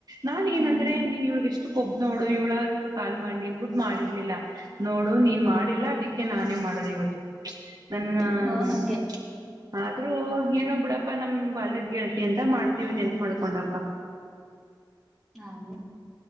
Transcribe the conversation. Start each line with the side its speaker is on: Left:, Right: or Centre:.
Right: ನಾನ್ ಏನಂದ್ರೆ
Centre: ಹ್ಮ್
Right: ನೀನ್ ಇವ್ಳ್ಗ್ ಇಷ್ಟ್ ಕೊಬ್ಬ್ ನೋಡು ಇವ್ಳಾಗಿ ಇವಳು ಕಾಲ್ ಮಾಡಿ ನೀನ್ ಬಿಟ್ಟು ಮಾಡಿರ್ಲಿಲ್ಲ ನೋಡು ನೀನ್ ಮಾಡಿಲ್ಲಾ ಅದಕ್ಕೆ ನಾನೇ ಮಾಡ್ ಮಾಡದೆ ಇವತ್ತು.
Centre: <inaudible>
Right: ನನ್ಗಾ
Centre: ಓ
Right: ಹ್ಮ್
Centre: ಹಂಗೆ
Right: ಆದ್ರೂ ಏನೊ ಬಿಡಪ್ಪಾ ನಮ್ಮ್ ಬಾಲ್ಯದ್ ಗೆಳ್ತಿ ಅಂತ ಮಾಡ್ತೀವಿ ನೆನಪು ಮಾಡ್ಕೊಂಡಪ್ಪಾ.
Centre: ಹಂಗೆ